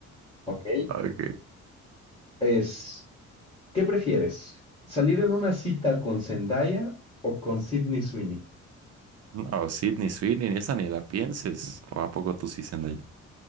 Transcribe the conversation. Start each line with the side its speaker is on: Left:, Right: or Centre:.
Left: Ok.
Right: Ok.
Left: Es, ¿qué prefieres? ¿Salir en una cita con Zendaya o con Sydney Sweeney?
Right: No, Sydney, Sweeney, esa ni la pienses. ¿O a poco tú sí, Zendaya?